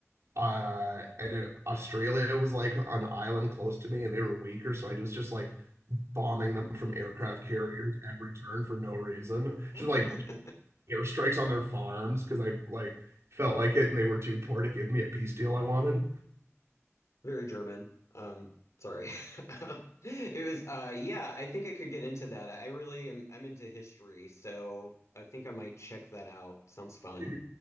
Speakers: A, on the right; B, on the left.
A: uh, and Australia was like an island close to me, and they were weaker, so I just just like bombing them from aircraft carriers every turn for no reason.
B: <laughs>
A: Just like airstrikes on their farms because I like felt like it, and they were too poor to give me a peace deal I wanted.
B: Very German. Um, sorry. <laughs> It was uh yeah, I think I could get into that. I really am I'm into history, so I think I might check that out. Sounds fun.
A: You d-